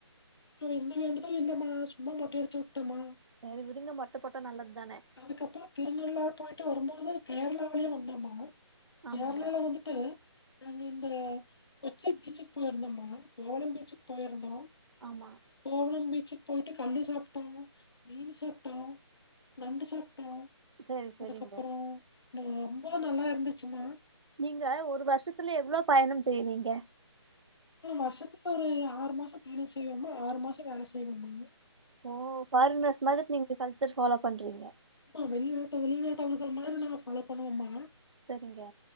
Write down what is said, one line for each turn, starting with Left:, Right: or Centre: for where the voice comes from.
Left: அட எந்த வேண்டுதலு இல்லம்மா சும்மா மொட்டை எடுத்து வுட்டேம்மா
Right: சேரி விடுங்க மொட்ட போட்டா நல்லத்தானே
Left: அதுக்கப்ப திருநள்ளார் போயிட்டு வரும்பொழுது கேரளாவிலியு வந்தம்மா
Right: ஆமாங்க
Left: கேரளாவுல வந்துட் டு நாங்க இந்த கொச்சி பீச்சிக் போயிருந்தோம்மா கோவளம் பீச்சிக் போயிருந்தோ
Right: ஆமா
Left: கோவளம் பீச்சுக் போயிட்டு கல்லு சாப்டோ மீனு சாப்டோ நண்டு சாப்டோ
Right: சரி சரிங்க
Left: அதுக்கப்பறோ ந ரொம்ப நல்லா இருந்துச்சுமா
Right: நீங்க ஒரு வருஷத்துல எவ்ளோ பயணம் செய்வீங்க
Left: நம் வருஷத்துல ஒரு ஆறு மாசம் பயணோ செய்வம்மா ஆறு மாசோ வேல செய்வம்மா
Right: ஓ ஃபாரீனர்ஸ் மாதிரி நீங்க கல்ச்சர் ஃபாலோ பண்றீங்க
Left: மா வெளிநாட்டு வெளிநாட்டவர்கள் மாரி நா ஃபாலோ பண்ணுவோம்மா
Right: சரிங்க